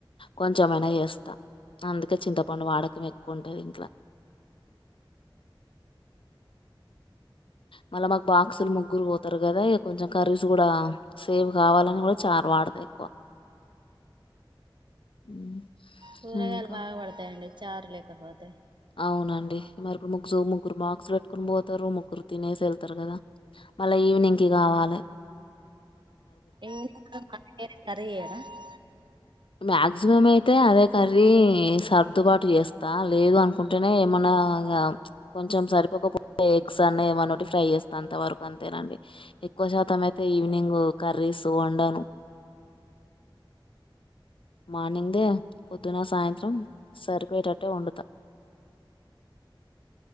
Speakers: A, on the left; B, on the right.
A: కొంచెమైనా చేస్తా అందుకే చింతపండు వాడకం ఎక్కువ ఉంటది ఇంట్లో మళ్ళా మాకు బాక్సులు ముగ్గురు పోతారు కదా ఇక కొంచెం కర్రీస్ కూడా సేవ్ కావాలని కూడా చారు వాడతా ఎక్కువ ఉమ్.
B: కూరగాయలు
A: ఇంకా
B: బాగా పడతాయండి చారు లేకపోతే
A: అవునండి మరి ఇప్డు ముగ్రు ముగ్గురు బాక్స్లు పెట్టుకుని పోతారు ముగ్గురు తినేసి వెళ్తారు కదా మళ్ళా ఈవినింగ్కి కావాలే
B: <inaudible>
A: మాక్సిమం అయితే అదే కర్రీ సర్దుబాటు చేస్తా లేదు అను కుంటేనే ఏమన్నా కొంచెం సరిపోకపోతే ఎగ్స్ అన్నా ఏమన్న ఒకటి ఫ్రై చేస్తాను అంత వరకు అంతేనండి ఎక్కువ శాతం అయితే ఈవినింగ్ కర్రీస్ వండను మార్నింగ్దే పొద్దున సాయంత్రం సరిపోయటట్టే వండుతాను